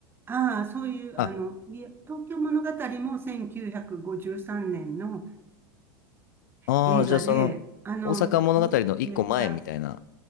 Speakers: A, on the right; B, on the left.
A: ああ、そういう、
B: あ、
A: あの、いや東京物語も1953年の
B: あーじゃあその、
A: 映画で、あの、
B: 大阪物語の一個前みたいな。
A: むめっちゃ、